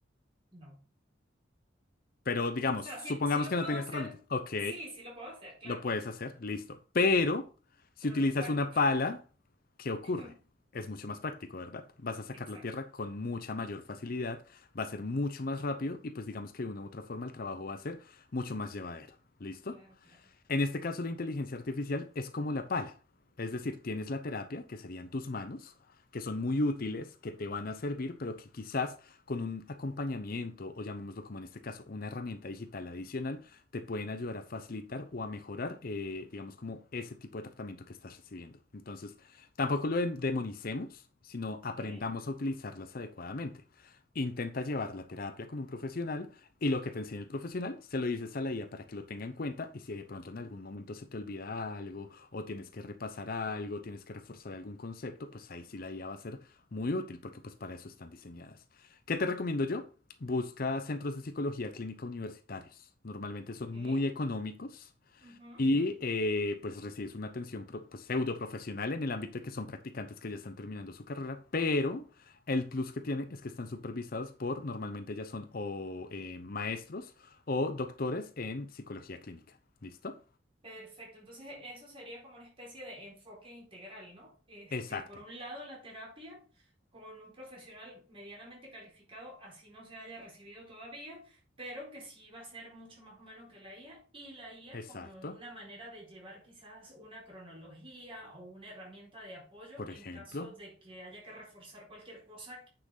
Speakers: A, on the right; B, on the left.
A: No.
B: Pero digamos,
A: O sea,
B: supongamos
A: sí, sí lo
B: que
A: puedo
B: no tienes
A: hacer,
B: herramientas. Ok.
A: sí, sí lo puedo hacer, claro,
B: Lo puedes hacer, listo. Pero si
A: pero
B: utilizas
A: no es práctico.
B: una pala, ¿qué ocurre?
A: <laughs>
B: Es mucho más práctico, ¿verdad? Vas a sacar
A: Exacto,
B: la tierra con mucha mayor facilidad, va a ser mucho más rápido y pues digamos que de una u otra forma el trabajo va a ser mucho más llevadero. ¿Listo?
A: claro, claro.
B: En este caso, la inteligencia artificial es como la pala. Es decir, tienes la terapia, que serían tus manos, que son muy útiles, que te van a servir, pero que quizás con un acompañamiento, o llamémoslo como en este caso, una herramienta digital adicional, te pueden ayudar a facilitar o a mejorar, eh, digamos, como ese tipo de tratamiento que estás recibiendo. Entonces, tampoco lo dem- demonicemos, sino
A: Ok,
B: aprendamos a utilizarlas adecuadamente. Intenta llevar la terapia con un profesional y lo que te enseña el profesional, se lo dices a la IA para que lo tenga en cuenta y si de pronto en algún momento se te olvida algo o tienes que repasar algo, tienes que reforzar algún concepto, pues ahí sí la IA va a ser muy útil porque pues para eso están diseñadas. ¿Qué te recomiendo yo? Busca centros de psicología clínica universitarios. Normalmente
A: ok.
B: son muy económicos
A: ujú.
B: y eh, pues recibes una atención pro- pues, pseudo profesional en el ámbito de que son practicantes que ya están terminando su carrera, pero el plus que tiene es que están supervisados por, normalmente ya son o eh, maestros o doctores en psicología clínica. ¿Listo?
A: Perfecto, entonces eso sería como una especie de enfoque integral, ¿no? Este,
B: Exacto,
A: por un lado, la terapia con un profesional medianamente calificado, así no se haya recibido todavía, pero que sí va a ser mucho más humano que la IA, y la IA
B: exacto.
A: como una manera de llevar quizás una cronología o una herramienta de apoyo
B: Por
A: en
B: ejemplo,
A: caso de que haya que reforzar cualquier cosa